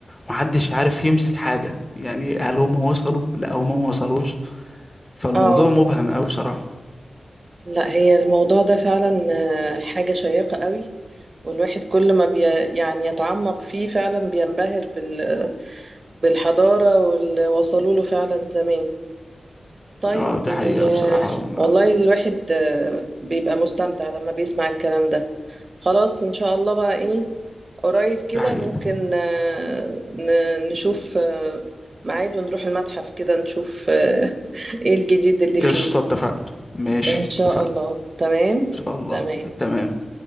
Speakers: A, on the left (about 20°); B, on the right (about 45°).
A: ما حدش عارف يمسك حاجة يعني هل هم وصلوا لا هم ما وصلوش فالموضوع
B: اه
A: مبهم قوي بصراحة
B: لا هي الموضوع ده فعلا آه، حاجة شيقة قوي والواحد كل ما بي يعني يتعمق فيه فعلا بينبهر بال بالحضارة واللي وصلوا له فعلا زمان طيب
A: اه دي
B: دي
A: حقيقة بصراحة هم
B: والله الواحد آه، بيبقى مستمتع لما بيسمع الكلام ده خلاص إن شاء الله بقى إيه قريب كده
A: دي حقيقة
B: ممكن آه، ن- نشوف آه، ميعاد ونروح المتحف كده نشوف آه، <laughs> إيه الجديد اللي فيه
A: قشطة اتفقنا ماشي
B: إن شاء
A: اتفقنا
B: الله تمام
A: ان شاء الله
B: تمام
A: تمام